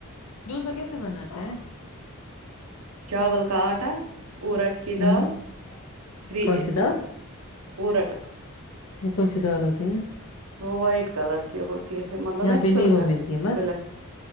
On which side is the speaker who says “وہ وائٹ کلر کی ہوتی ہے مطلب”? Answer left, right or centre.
Right